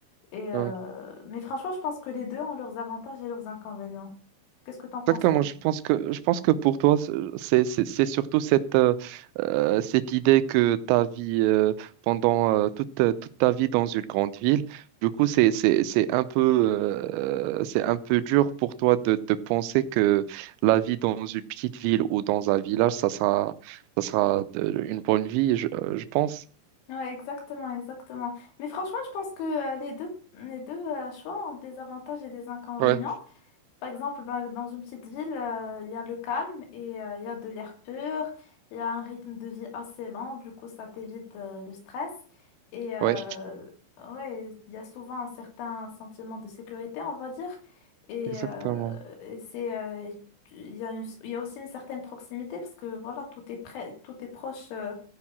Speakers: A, on the left; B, on the right.
A: Et euh,
B: ouais.
A: mais franchement, je pense que les deux ont leurs avantages et leurs inconvénients. Qu'est-ce que t'en penses,
B: Exactement.
A: toi?
B: Je pense que, je pense que pour toi, c'est, c'est- c'est- surtout cette, euh, euh, cette idée que ta vie, euh, pendant euh, toute, euh, toute ta vie dans une grande ville, du coup, c'est, c'est, c'est un peu, euh, c'est un peu dur pour toi de, de penser que la vie dans une petite ville ou dans un village, ça sera, ça sera de- une bonne vie, je, euh, je pense.
A: Ouais, exactement, exactement. Mais franchement, je pense que euh, les deux, les deux euh, choix ont des avantages et des inconvénients.
B: Ouais,
A: Par exemple, ben, dans une petite ville, euh, il y a le calme et euh, il y a de l'air pur, il y a un rythme de vie assez lent, du coup ça t'évite euh, le stress. Et euh,
B: ouais,
A: ouais, il y a souvent un certain sentiment de sécurité, on va dire. Et,
B: exactement.
A: euh, et c'est, euh, il y a une- il y a aussi une certaine proximité parce que voilà, tout est près, tout est proche euh,